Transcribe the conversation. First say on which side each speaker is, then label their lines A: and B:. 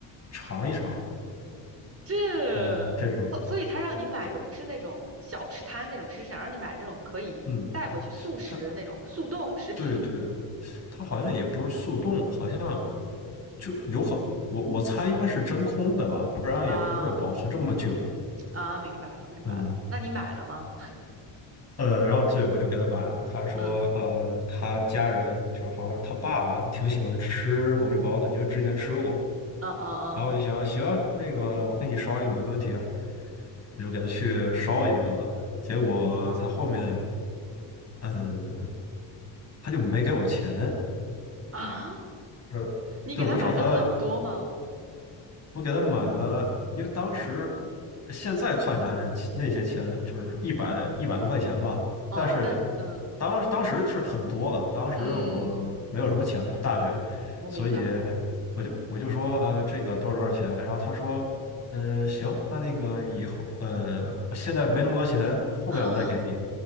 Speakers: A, on the left; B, on the right.
A: 尝一尝，
B: 这，
A: 嗯，这种，
B: 哦所以他让你买的不是那种小吃摊那种，
A: 但
B: 是想让你买这种可以带回去速食那种速冻食品
A: 嗯，他对对，他好像也不是速冻，好像就有可，我我猜应该是真空的吧，不然也不会保存这么久，
B: 啊啊，明白了明白了。
A: 嗯。
B: 那你买了吗？
A: 呃，然后对，我就给他买了。他说，
B: 嗯
A: 呃，他家人就是好像他爸啊挺喜欢吃狗不包子，因为之前吃过。
B: 嗯嗯嗯
A: 然后我就想，行啊，那个我给你烧一个没问题啊，我就给他去烧一个。结果他后面，嗯，他就没给我钱。
B: 啊，
A: 是吧？
B: 你给他买了很多吗？
A: 对，我找他，我给他买了，因为当时现在看起来那些钱就是一百一百多块钱吧，
B: 哦，
A: 但是
B: 但嗯
A: 当当时是很多了，当时我没有什么钱，
B: 嗯，
A: 大学，
B: 我明白。
A: 所以我就我就说呃这个多少多少钱，然后他说嗯、呃行，那那个以后呃我现在没那么多钱，后面我再给你，
B: 哈，